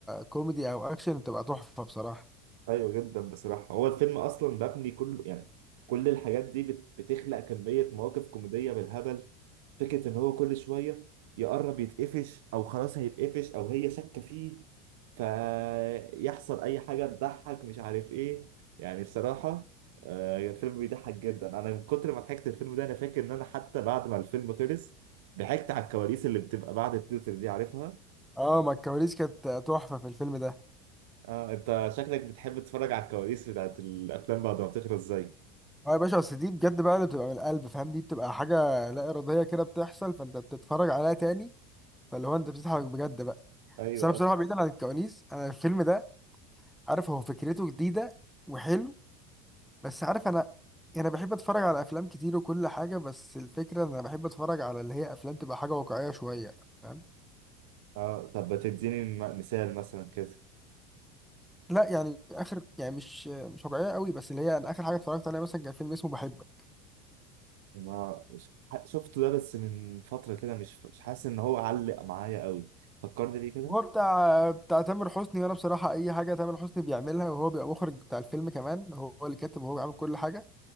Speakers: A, in the centre; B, on the right.
A: كوميدي او اكشن بتبقى تحفه بصراحه
B: ايوه جدا بصراحه هو الفيلم اصلا مبني كله يعني كل الحاجات دي بت- بتخلق كميه مواقف كوميديه بالهبل فكره ان هو كل شويه يقرب يتقفش او خلاص هيتقفش او هي شاكه فيه فيحصل اي حاجه تضحك مش عارف ايه يعني بصراحه آه، الفيلم بيضحك جدا انا من كتر ما ضحكت الفيلم ده انا فاكر ان انا حتى بعد ما الفيلم خلص ضحكت على الكواليس اللي بتبقى بعد التتر دي عارفها
A: اه ما الكواليس كانت آه، تحفه في الفيلم ده
B: اه انت شكلك بتحب تتفرج على الكواليس بتاعت الافلام بعد ما بتخلص زي
A: اه يا باشا اصل دي بجد بقى اللي بتبقى من القلب فاهم دي بتبقى حاجه لا اراديه كده بتحصل فانت بتتفرج عليها تاني فاللي هو انت بتضحك بجد بقى
B: ايوه
A: بس انا بصراحه بعيدا عن الكواليس انا الفيلم ده عارف هو فكرته جديده وحلو بس عارف انا انا بحب اتفرج على افلام كتير وكل حاجه بس الفكره ان انا بحب اتفرج على اللي هي افلام تبقى حاجه واقعيه شويه فاهم
B: اه طب ما تديني م- مثال مثلا كده
A: لا يعني اخر يعني مش مش واقعيه قوي بس اللي هي انا اخر حاجه اتفرجت عليها مثلا كان فيلم اسمه بحبك
B: ما مش- ح- شفته ده بس من فترة كده مش مش حاسس ان هو علق معايا قوي فكرني بيه كده
A: هو بتاع بتاع تامر حسني وانا بصراحه اي حاجه تامر حسني بيعملها وهو بيبقى مخرج بتاع الفيلم كمان هو اللي كاتب وهو عامل كل حاجه